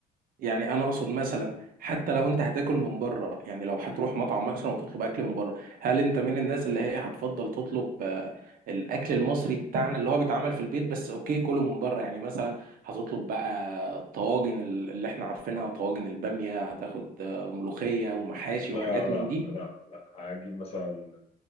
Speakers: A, on the right; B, on the left.
A: يعني انا اقصد مثلا حتى لو انت هتاكل من بره يعني لو هتروح مطعم مثلا وتطلب اكل من بره هل انت من الناس اللي هي هتفضل تطلب آه، الاكل المصري بتاعنا اللي هو بيتعمل في البيت بس اوكي كله من بره يعني مثلا هتطلب بقى الطواجن ال- اللي احنا عارفينها طواجن البامية هتاخد آه، ملوخية ومحاشي
B: لا
A: وحاجات
B: لا
A: من دي
B: لا لا هجيب مثلا